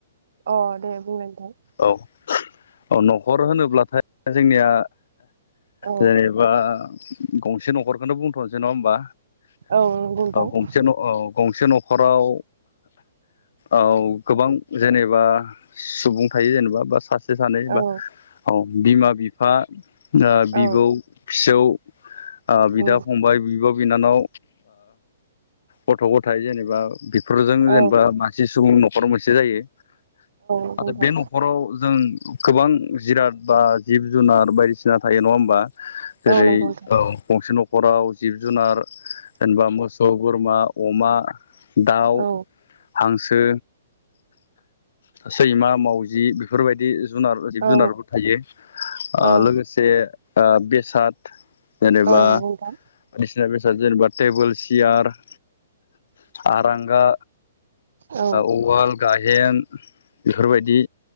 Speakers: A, on the right; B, on the left.
A: अ दे बुंलाय नोंथां
B: औ औ नखर होनोब्लाथाय जोंनिया
A: औ
B: जेनेबा गंसे नखरखौनो बुंथ'शनोसै नङा होमबा?
A: औ नंगौ नोंथां
B: औ गंसे न औ गंसे न खराव औ गोबां जेनेबा सुब थायो जेनेबा बा सासे सानै बा
A: औ
B: औ बिमा बिफा बिबौ
A: औ
B: फिसौ ओ बिदा
A: उम
B: फंबाय बिब' बिनानाव ओ गथ' गथाइ जेनेबा बेफोरजों जेनेबा
A: औ
B: मासे सुबुं न'खराव मोनसे से जायो
A: नंगौ
B: नाथाय
A: नोंथां
B: बे न'खराव जों गोबां जिराद बा जिब जुनार बायदिसिना थायो नङा होमबा? जेरै
A: औ नंगौ नोंथां
B: गंसे न'खराव जिब जुनार जेनेबा मोसौ बोरमा अमा दाउ
A: औ
B: हांसो सैमा मावजि बेफोरबायदि जुनार जिब जुनारबो
A: औ
B: थायो
A: औ
B: लोगोसे बेसाद जेनेबा
A: औ दा
B: बायदिसिना बेसाद जेनेबा टेबोल सियार आरांगा
A: औ
B: उवाल गाइहेन बेफोरबायदि